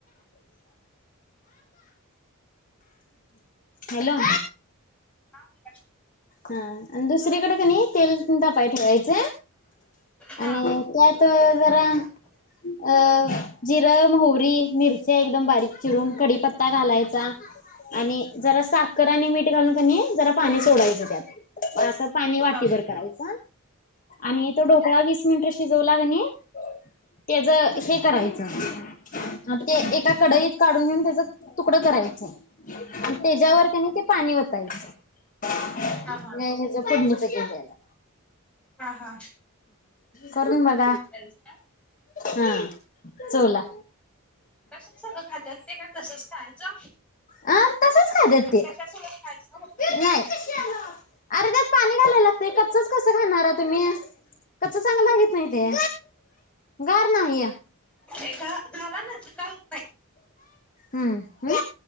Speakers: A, in the centre; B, on the left.
A: <unintelligible>
B: हॅलो
A: ह ब <unintelligible>
B: हा आणि दुसरीकडे का नाही तेल तापाय ठेवायच
A: हा
B: आणि
A: हा
B: काय त जरा
A: <unintelligible>
B: अ जिरं मोहरी मिरची एकदम बारीक चिरून कडीीपत्ता घालायचा आणि जरा साखर आणि मीठ घालून क नाही जरा पाणी सोडायचं त्यात पण असं पाणी वाटीभर
A: हा हा
B: करायच आणि तो ढोकळा वीस मिनिट शिजवला क ने त्येज हे करायचं आता एका कडाईत काढून घेऊन त्याच तुकडं करायचंय आणि तेजावर क ने ते पाणी वतायच त्या
A: हा हा
B: हेज फुडणीच जायला
A: हा हा
B: करून बग
A: बरयचं का
B: हा चोला
A: कशाला सगळं खात्यात ते का तसच खायचं
B: हा अ तसच खात्यात
A: कशाला
B: ते
A: सगळच खायचं म्हटलं
B: नाही अरे त्यात पाणी घालायला लागतय कच्चच कसं घालणारा तुम्ही कस चांगल लागित नाही ते गार नाहीया <unintelligible>
A: ते घालाना ते का होत नाही.
B: हम्म हम